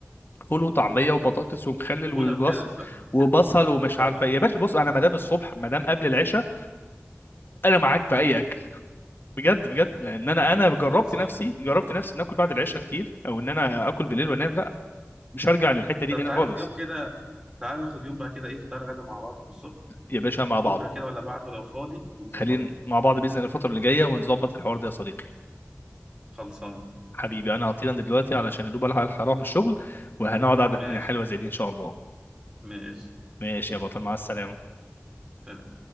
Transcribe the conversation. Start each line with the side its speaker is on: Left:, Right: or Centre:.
Left: فول وطعميه وبطاطس ومخلل
Right: واضرب
Left: وبصل
Right: كالوريز بقى
Left: وبصل ومش
Right: اه
Left: عارفه إيه. يا باشا بص انا مدام الصبح مدام قبل العشاء انا معاك في اي اكل بجد بجد لان انا انا جربت
Right: خلصان
Left: نفسي
Right: خلصان
Left: جربت نفسي ان اكل بعد العشاء كتير او ان انا اكل بالليل وانام لا مش هرجع للحته دي
Right: طب
Left: تاني
Right: تعالى
Left: خالص
Right: في يوم كده تعالى ناخد يوم بقى كده ايه فطار غدا مع بعض من الصبح
Left: يا باشا مع
Right: بكره
Left: بعض
Right: كده ولا بعده لو فاضي ونظبطها
Left: خلينا مع بعض باذن الله الفتره اللي جايه ونظبط الحوار ده يا صديقي
Right: خلصان
Left: حبيبي انا هطير انا دلوقتي علشان يا دوب الحق الحق اروح من الشغل وهنقعد قعده
Right: ماشي
Left: تانية حلوه زي دي ان شاء الله
Right: ماشي
Left: ماشي يا بطل مع السلامه
Right: سلام